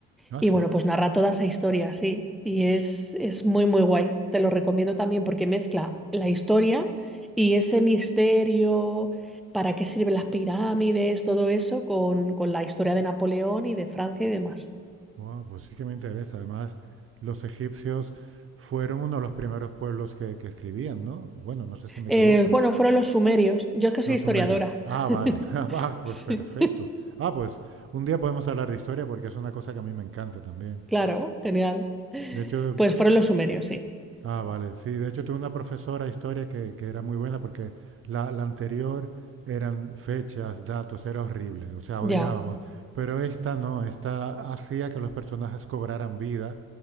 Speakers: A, on the right; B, in the centre.
A: ah,
B: Y
A: sí.
B: bueno, pues narra toda esa historia, sí. Y es, es muy, muy guay. Te lo recomiendo también porque mezcla la historia y ese misterio, para qué sirven las pirámides, todo eso, con, con la historia de Napoleón y de Francia y demás.
A: Wow, pues sí que me interesa. Además, los egipcios fueron uno de los primeros pueblos que, que escribían, ¿no? Bueno, no sé si me
B: Eh,
A: equivoco.
B: bueno, fueron los sumerios. Yo es que soy
A: Los
B: historiadora.
A: sumerios. Ah,
B: <laughs>
A: vale. <laughs> Ah, va, pues
B: Sí.
A: perfecto. Ah, pues un día podemos hablar de historia porque es una cosa que a mí me encanta también.
B: Claro, genial.
A: De hecho,
B: Pues fueron los sumerios, sí.
A: ah, vale. Sí, de hecho tuve una profesora de historia que, que era muy buena porque la, la anterior eran fechas, datos, era horrible. O sea,
B: Ya,
A: odiábamos. Pero esta no, esta hacía que los personajes cobraran vida